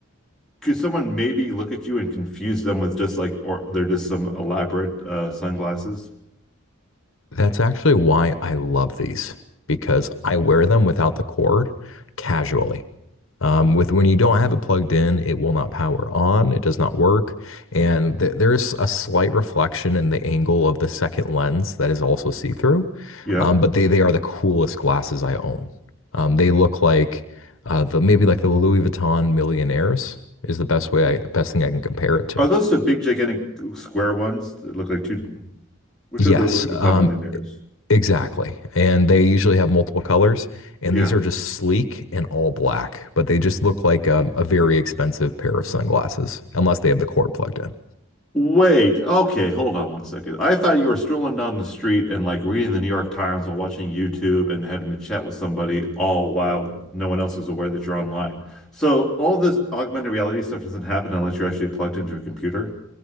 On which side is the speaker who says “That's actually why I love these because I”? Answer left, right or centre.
Left